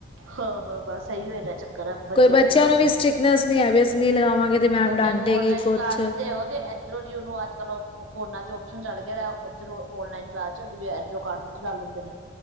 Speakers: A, on the right; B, on the left.
A: ਹਾਂ-ਹਾਂ, ਬਸ ਆਈ ਰਹਿਣਾ ਚੱਕਰ ਆ ਬੱਚੇ
B: ਕੋਈ
A: ਆਪਣੀ
B: ਬੱਚਿਆਂ
A: ਮਰਜ਼ੀ
B: ਨੂੰ ਵੀ ਨਹੀਂ ਅਸ ਨੀਂ ਵੀ ਅਸੀਂ ਨਹੀਂ ਲਗਾਵਾਂਗੇ। ਤੇ ਮੈਮ
A: ਬੱਚਿਆਂ
B: ਡਾਂਟੇਗੀ
A: ਨੂੰ ਔਨਲਾਈਨ
B: ਕੁਛ
A: ਕਲਾਸ ਦਿਓ ਤੇ ਇੱਧਰੋਂ ਦੀ ਉਹਨੂੰ ਅੱਜ ਕੱਲ ਫੋਨਾ ਚ ਆਪਸ਼ਨ ਚੱਲ ਗਿਆ। ਇੱਧਰੋ ਔਨਲਾਈਨ ਕਲਾਸ ਚਲਦੀ ਪਈ ਐ ਇਧਰੋਂ ਕਾਰਟੂਨ ਚਲਾ ਲੈਂਦੇ ਨੇ,